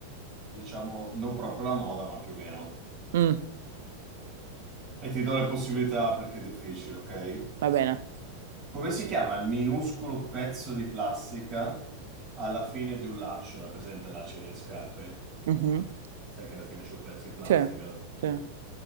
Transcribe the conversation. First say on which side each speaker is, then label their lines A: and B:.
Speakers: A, on the right (about 25°); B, on the right (about 60°).
A: diciamo, non proprio la moda, ma più o meno.
B: Mm,
A: E ti do le possibilità perché è difficile, ok?
B: va bene.
A: Come si chiama il minuscolo pezzo di plastica alla fine di un laccio? È presente il laccio delle scarpe?
B: Mhm.
A: sai che alla fine c'è un pezzo di plastica.
B: Sì, sì,